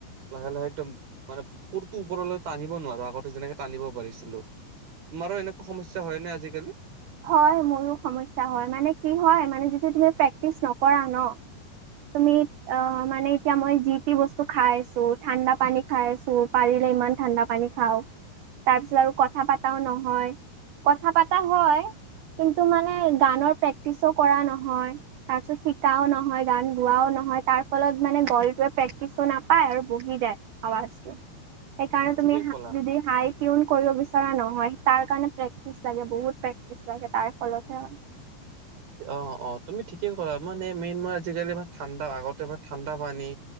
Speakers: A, on the right; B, on the right.
A: লাহে লাহে একদম মানে সুৰতটো ওপৰলৈ টানিব নোৱাৰো আগতে যেনেকে টানিব পাৰিছিলোঁ। তোমাৰো এনেকুৱা সমস্যা হয় নে আজিকালি?
B: হয় মোৰো সমস্যা হয় মানে কি হয় মানে যিটো তুমি প্ৰেক্টিচ নকৰা ন। তুমি অ মানে এতিয়া মই যিটি বস্তু খাইছোঁ ঠাণ্ডা পানী খাই আছো পাৰি ইমান ঠাণ্ডা পানী খাওঁ। তাৰ পিছত আৰু কথা পাতাও নহয়, কথা পাতা হয়। কিন্তু মানে গানৰ প্ৰেক্টিচও কৰা নহয় তাৰ পিছত শিকাও নহয় গান গোৱা। নহয় তাৰ ফলত মানে গলটোৱে প্ৰেক্টিচো নাপায় আৰু বহি যায় আৱাজটো। সেইকাৰণে
A: উম, ঠিকে
B: তুমি যদি হাই
A: ক'লা।
B: দিদি হাই কিউন। কৰিব বিচৰা নহয় তাৰ কাৰণ প্ৰেক্টিচ লাগে বহুত প্ৰেক্টিচ। লাগে তাৰ ফলতে হয়।
A: অ অ তুমি ঠিকে কৰা মানে মেইন মই আজিকালি ম ঠাণ্ডা আগতোনে ঠাণ্ডা পানী।